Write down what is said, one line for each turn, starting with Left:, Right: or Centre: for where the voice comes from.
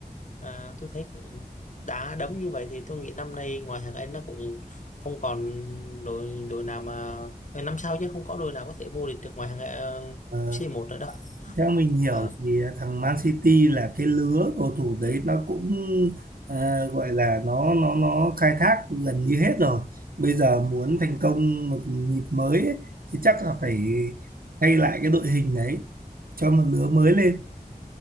Left: à, tôi thấy cũng đá đấm như vậy thì tôi nghĩ năm nay ngoài hàng Anh nó cũng không còn đội đội nào mà ờ, năm sau chứ không có đội nào có thể vô địch được ngoài hàng ờ,
Right: Ờ,
Left: c một nữa đâu
Right: theo mình hiểu
Left: Ờ,
Right: thì thằng Man City là cái lứa cầu thủ đấy nó cũng ờ, gọi là nó nó nó khai thác gần như hết rồi bây giờ muốn thành công một nhịp mới ấy, thì chắc là phải thay lại cái đội hình đấy cho một lứa mới lên